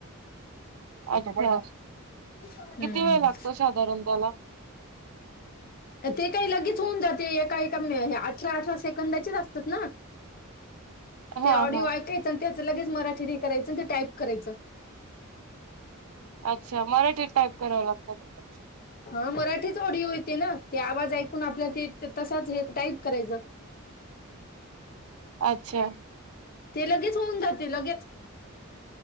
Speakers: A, on the right (about 80°); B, on the left (about 45°).
A: अच्छा,
B: हम्म
A: किती वेळ लागतो शाधारण त्याला?
B: ते काही लगेच होऊन जाते मी एका-एका अठरा-अठरा सेकंदाचेच असतात ना! ते
A: हा
B: ऑडिओ
A: हा
B: ऐकायचं अन् त्याच लगेच मराठीरी करायचं आणि ते टाईप करायचं.
A: अच्छा मराठीत टाईप कराव लागत ना?
B: हा मराठीच ऑडिओ येती ना ते आवाज ऐकून आपल्या ते ते तसाच एक टाईप करायचं.
A: अच्छा
B: ते लगेच होऊन जा. लगेच